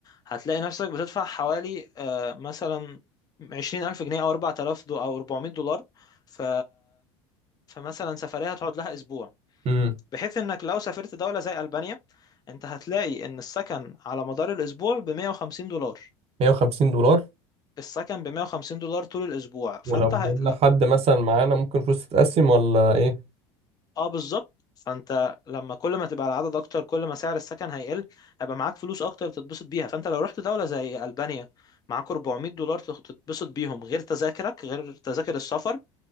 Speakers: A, on the left (about 25°); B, on the right (about 45°).
A: هتلاقي نفسك بتدفع حوالي آه، مثلا عشرين ألف جنيه أو أربعة آلاف دو أو أربعمية دولار ف... فمثلا سفرية هتقعد لها أسبوع
B: امم
A: بحيث إنك لو سافرت دولة زي ألبانيا أنت هتلاقي إن السكن على مدار الأسبوع بمية وخمسين دولار
B: 150 دولار
A: السكن بمية وخمسين دولار طول الأسبوع فأنت
B: ولو
A: ه...
B: جبنا حد مثلا معانا ممكن فلوس تتقسم ولا إيه؟
A: اه بالظبط فانت لما كل ما تبقى العدد اكتر كل ما سعر السكن هيقل هيبقى معاك فلوس اكتر تتبسط بيها فانت لو رحت دولة زي ألبانيا معاك 400 دولار تخ- تتبسط بيهم غير تذاكرك غير تذاكر السفر